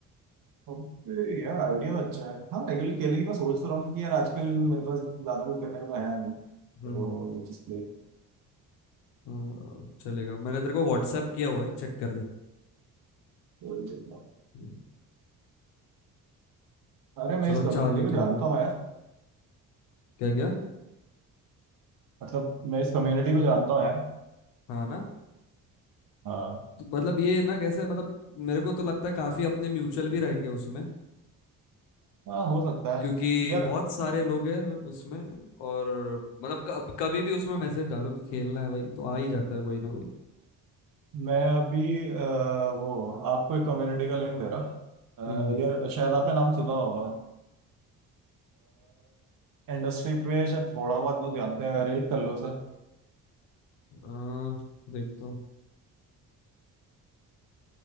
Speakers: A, on the right; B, on the left.
A: ओके यार आइडिया तो अच्छा है हाँ रेगुलर खेलेंगे मैं सोच तो रहा हूँ कि यार आजकल मेरे पास ज्यादा कुछ करने को तो है नहीं तो
B: हम्म
A: डिस्प्ले
B: हाँ, चलेगा मैंने तेरे को व्हाट्सएप किया हुआ है चेक कर दे
A: तो ये देख रहा हूँ।
B: हम्म।
A: अरे
B: चलो
A: मैं इस कम्युनिटी
B: चालू
A: को
B: तो
A: जानता
B: होगी
A: हूँ यार
B: क्या क्या
A: मतलब मैं इस कम्युनिटी को जानता हूँ यार
B: हाँ ना
A: हाँ
B: तो मतलब ये ना कैसे मतलब मेरे को तो लगता है काफी अपने म्यूचुअल भी रहेंगे उसमें
A: हाँ हो सकता
B: क्योंकि
A: है यार
B: बहुत सारे लोग हैं उसमें और मतलब कब कभी भी उसमें मैसेज डालो कि खेलना है भाई तो आ ही जाता है कोई ना कोई
A: मैं अभी अ, वो आपको एक कम्युनिटी का लिंक दे रहा अ,
B: हम्म।
A: यार शायद आपने नाम सुना होगा इंडस्ट्री पे शायद थोड़ा बहुत लोग जानते हैं रेट कर लो सर
B: आ, देखता हूँ